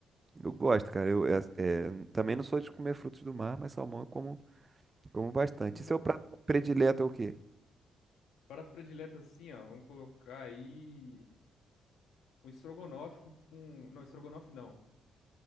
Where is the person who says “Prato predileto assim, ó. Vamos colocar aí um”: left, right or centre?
Left